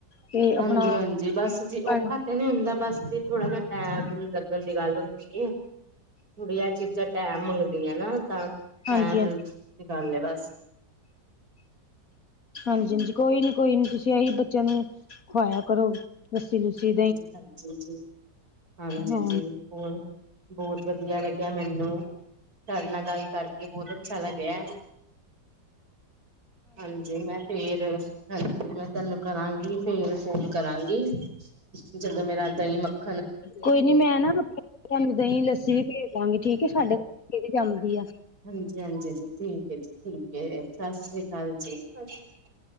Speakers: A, on the left; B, on the right.
A: ਤੇ ਆਪਣਾ
B: ਹਾਂਜੀ ਹਾਂਜੀ ਬਸ ਜੀ
A: ਹਾਂਜੀ
B: ਔਖਾ ਤੇ ਨੀ ਹੁੰਦਾ ਬਸ ਜੀ ਥੋੜਾ ਜਿਹਾ ਟੈਮ ਲੱਗਣ ਦੀ ਗੱਲ ਹੁੰਦੀ ਥੋੜੀ ਜੀ ਚੀਜ਼ਾਂ ਟੈਮ ਮੰਗਦੀ ਨਾ ਤਾਂ ਟਾਈਮ
A: ਹਾਂਜੀ ਹਾਂਜੀ
B: ਨ ਕਰ ਲਏ ਬਸ
A: ਹਾਂਜੀ ਹਾਂਜੀ ਕੋਈ ਨੀ ਕੋਈ ਨੀ ਤੁਸੀਂ ਇਹੀ ਬੱਚਿਆਂ ਨੂੰ ਖਵਾਇਆ ਕਰੋ ਲਸੀ ਲੁਸੀ
B: ਜੀ ਹਾਂਜੀ ਜੀ ਹਾਂਜੀ
A: ਹਾਂ
B: ਜੀ ਹੋਰ ਬਹੁਤ ਵਧੀਆ ਲੱਗਿਆ ਮੈਨੂੰ ਤੁਹਾਡੇ ਨਾਲ ਗੱਲ ਕਰਕੇ ਬਹੁਤ ਅੱਛਾ ਲੱਗਿਆ ਹਾਂਜੀ ਮੈਂ ਫਿਰ ਤੇ ਹਾਂਜੀ ਮੈਂ ਤੈਨੂੰ ਕਰਾਂਗੀ ਫਿਰ ਫੋਨ ਕਰਾਂਗੀ ਜਦੋਂ ਮੇਰਾ ਦਹੀਂ ਮੱਖ
A: ਕੋਈ ਨੀ ਮੈਂ ਨਾ ਰੋਟੀਆਂ ਤੁਹਾਨੂੰ ਦਹੀਂ ਲੱਸੀ ਵੀ ਭੇਜ ਦਾਂਗੇ ਠੀਕ ਸਾਡੇ ਬਥੇਰੀ ਜਾਂਦੀ ਆ
B: ਹਾਂਜੀ ਹਾਂਜੀ ਜੀ ਠੀਕ ਹੈ ਜੀ ਠੀਕ ਹੈ ਸਤਿ ਸ੍ਰੀ ਅਕਾਲ ਜੀ ਸ੍ਰੀ